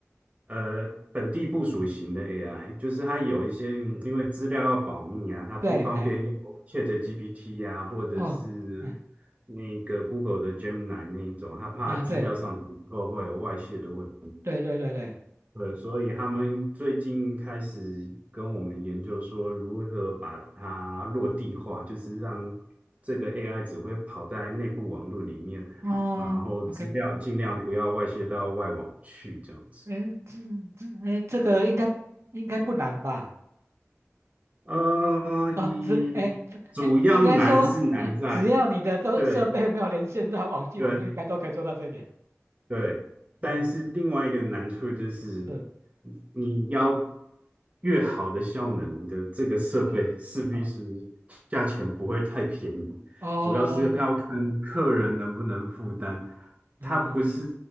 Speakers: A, on the right (about 30°); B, on the right (about 60°).
A: 呃本地部署型的 AI，就是它有一些嗯因为资料要保密啊，它不方便用
B: 对，哎，
A: ChatGPT 呀、啊或者是
B: 哦，嗯
A: 那个 Google 的 Gemini 那一种，他怕资料上传以后会有外泄的问
B: 啊，对对对对对，
A: 对，所以他们最近开始跟我们研究说，如何把它落地化，就是让这个 AI 只会跑在内部网络里面，
B: 哦，OK，
A: 然后资料尽量不要外泄到外网去，这样子。
B: 嗯，这这哎，这个应该应该不难吧？
A: 啊，一主要难是难在，
B: 啊，只哎只哎，应该说哎，只要你的都设备没有连线到网际网络，
A: 对对，
B: 应该都可以做到这一点。
A: 对，但是另外一个难处就是，
B: OK。是
A: 你要越好的效能，你的这个设备势必是价钱不会太便宜，
B: 啊啊哦，
A: 主要是要看客人能不能负担。
B: 嗯，
A: 它不是